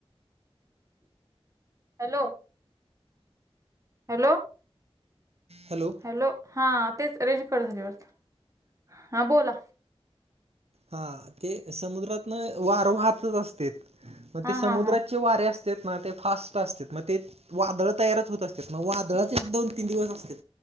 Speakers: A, on the right; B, on the right.
A: हॅलो. हॅलो.
B: हॅलो.
A: हॅलो हा तेच रेंज कट झाली वाटतं हा बोला.
B: हा ते समुद्रातनं वारं वाहतच असतेत मग
A: हा
B: ते समुद्राचे
A: हा हा
B: वारे अस म ते फास्ट असतेत मग ते वादळ तयारच होत असतेत मग वादळच एक दोन तीन दिवस असतेत.